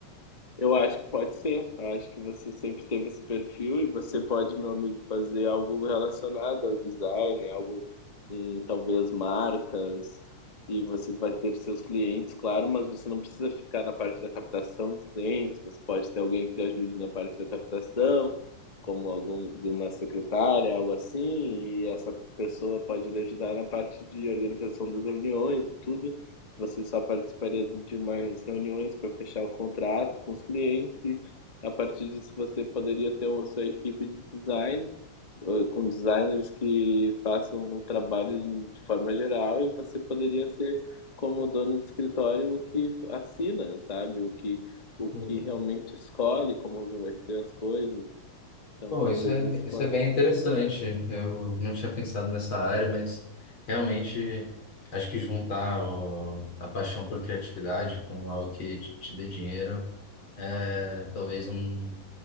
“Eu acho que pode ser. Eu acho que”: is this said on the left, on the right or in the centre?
Left